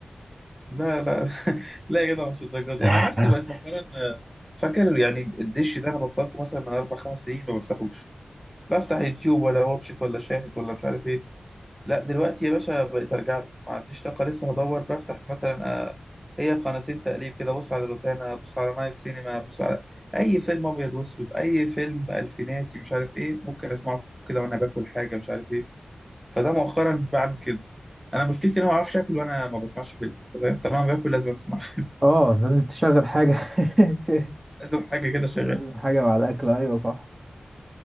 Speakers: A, in the centre; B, on the right.
A: لا لا <laughs> لا يا جدع مش الدرجة دي
B: <laughs>
A: أنا عن نفسي بقيت مؤخرا آه، فاكر يعني الدش ده أنا بطلته مثلا من أربع خمس سنين ما بفتحوش بفتح يوتيوب ولا واتشيت ولا شاهد ولا مش عارف إيه لا دلوقتي يا باشا بقيت ارجع له ما عنديش طاقه لسه هدور بفتح مثلا آه، هي قناتين تقليب كده بص على روتانا بص على نايل سينما بص على اي فيلم ابيض واسود اي فيلم الفيناتي مش عارف ايه ممكن اسمعه كده وانا باكل حاجه مش عارف ايه فده مؤخرا بعمل كده انا مشكلتي ان انا ما بعرفش اكل وانا ما بسمعش فيلم تمام طالما باكل لازم اسمع فيلم.
B: اه لازم تشغل حاجة <laughs>
A: <laughs> لازم حاجه كده شغاله
B: لازم حاجة مع الأكل أيوة صح